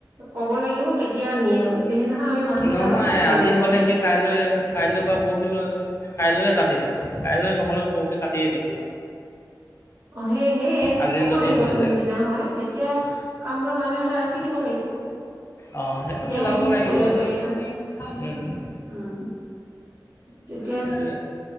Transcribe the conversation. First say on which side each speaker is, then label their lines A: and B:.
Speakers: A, on the right (about 55°); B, on the left (about 35°).
A: কব লাগিব কেতিয়া নিয়ে মানে? তে সেইদিনাখন আমি মানুহ এটা
B: নহয়
A: ৰখাই থব
B: আজি
A: লাগিব।
B: হ'লেহি কাইলৈ কাইলৈ বা পৰহিলৈ কাইলৈয়ে কাটি দিব। কাইলৈ নহলে পৰহি কাটিয়ে দিব।
A: সেই সেয়ে সি
B: আজি
A: ক'ব
B: যদি
A: লাগিব
B: হৈ
A: কোনদিনা
B: যায়।
A: হয়। তেতিয়া কাম কৰা মানুহ এটা ৰাখি দিব লাগিব।
B: অ সেইটো
A: তেতিয়াহে
B: মিলাব
A: সেইখিনি
B: লাগিব।
A: কৰিব
B: উম-উম
A: পাৰিব উম তেতিয়া
B: সেইটোয়ে।